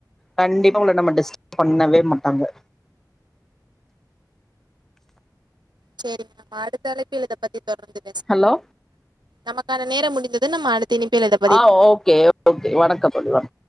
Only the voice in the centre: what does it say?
கண்டிப்பா உங்கள நம்ம டிஸ்டர்ப் பண்ணவே மாட்டாங்க
ஹலோ
ஆ ஓகே ஓகே வணக்கோ தோழி வண